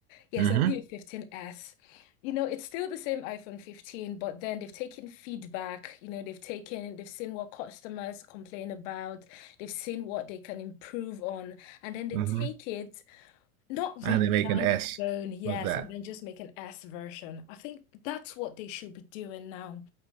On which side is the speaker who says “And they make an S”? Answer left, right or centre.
Right